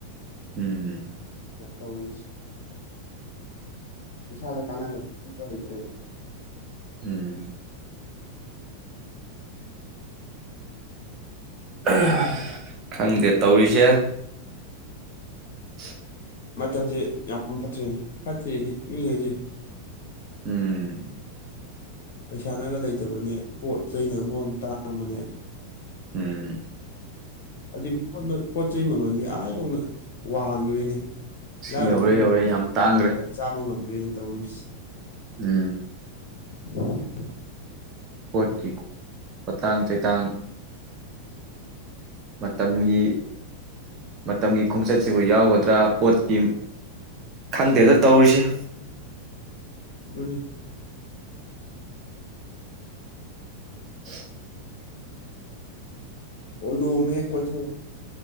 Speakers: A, on the right; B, on the left.
A: ꯎꯝ
B: ꯇꯧꯔꯤꯁꯦ ꯏꯁꯥꯗ ꯀꯅꯥꯗꯕ ꯑꯝꯇ ꯂꯩꯇꯔ꯭ꯦꯕꯥ
A: ꯎꯝ ꯑꯥ ꯈꯪꯗꯦ ꯇꯧꯔꯤꯁꯦ <unintelligible>
B: ꯃꯇꯝꯁꯦ ꯌꯥꯝ ꯐꯠꯇ꯭ꯔꯤꯅꯦ ꯐꯠꯇ꯭ꯔꯦꯗꯤ ꯃꯤꯈꯩꯁꯦ
A: ꯎꯝ
B: ꯄꯩꯁꯥꯅꯒ ꯂꯩꯇꯕꯅꯦ ꯄꯣꯠ ꯆꯩꯅꯒ ꯃꯔꯣꯟ ꯑꯃ ꯇꯥꯡꯕꯅꯦ
A: ꯎꯝ
B: ꯑꯁꯤ ꯄꯣꯠ ꯆꯩ ꯃꯃꯜꯁꯦ ꯑꯥ ꯌꯧꯅ ꯋꯥꯡꯈ꯭ꯔꯦꯅꯦ <unintelligible>
A: ꯁꯤ
B: ꯑꯩꯈꯣꯏ
A: ꯌꯧꯔꯦ ꯌꯧꯔꯦ ꯌꯥꯝ ꯇꯥꯡꯈ꯭ꯔꯦ
B: ꯆꯥꯕ ꯉꯝ <unintelligible> ꯇꯧꯔꯤꯁꯤ
A: ꯎꯝ
B: <unintelligible>
A: ꯄꯣꯠꯀꯤ ꯄꯣꯠꯇꯥꯡ ꯆꯩꯇꯥꯡ ꯃꯇꯝꯒꯤ ꯃꯇꯝꯒꯤ ꯈꯣꯡꯆꯠꯁꯤ ꯁꯤꯕꯨ ꯌꯥꯎꯒꯗ꯭ꯔꯥ ꯄꯣꯠꯀꯤ
B: <unintelligible>
A: ꯈꯪꯗꯦꯗ ꯇꯧꯔꯤꯁꯦ
B: ꯑꯗꯨꯅꯤ
A: <unintelligible>
B: ꯑꯣ ꯅꯣꯡꯃ ꯍꯦꯛ ꯀꯣꯏꯊꯣꯡꯑꯣ